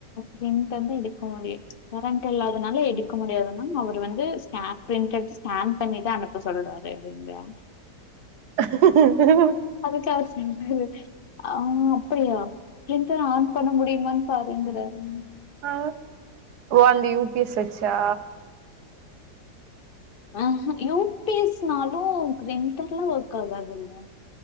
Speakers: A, on the left; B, on the right.
A: பிரண்ட் வந்து எடுக்க முடியும் கரண்ட் இல்லாதனால எடுக்க முடியாதுன்னா அவர் வந்து ஸ் பிரிண்ட் எடுத்து ஸ்கேன் பண்ணிதான் அனுப்ப எப்ப சொல்லறாரு அப்டின்றியா
B: <unintelligible>
A: அதுக்காக என்ன செய்துறது ஆ அப்டியா பிரிண்ட் ஆன் பண்ண முடிய வந்து பாருங்கறாரு
B: ஆ அந்த யூபிஎஸ் வெச்சா
A: ஆ ஹ யூ பி‌ எஸ் னாலும் பிரிண்டர்ல ஒர்க் ஆகாதுலே